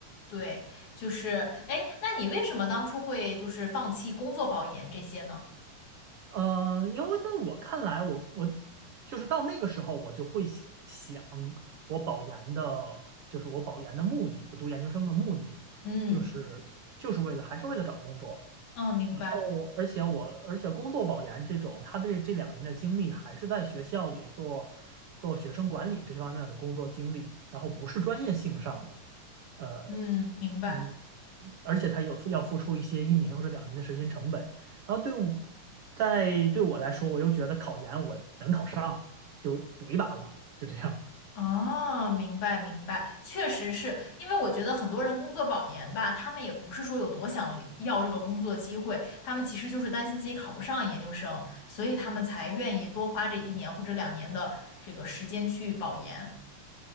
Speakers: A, on the left; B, on the right.
A: 对，就是，哎，那你为什么当初会就是放弃工作保研这些呢？
B: 呃，因为在我看来，我我就是到那个时候，我就会想想我保研的，就是我保研的目的，我读研究生的目的，
A: 嗯
B: 就是就是为了还是为了找工作。
A: 嗯，明白，
B: 然后，而且我而且工作保研这种，他的这两年的经历还是在学校里做做学生管理这方面的工作经历，然后不是专业性上的。呃，
A: 嗯，明白。
B: 嗯，而且他有付要付出一些一年或者两年的时间成本。然后对我，在对我来说，我又觉得考研我能考上，就赌一把吧，就这样。
A: 啊，明白明白，确实是因为我觉得很多人工作保研吧，他们也不是说有多想离要这个工作机会，他们其实就是担心自己考不上研究生，所以他们才愿意多花这一年或者两年的这个时间去保研。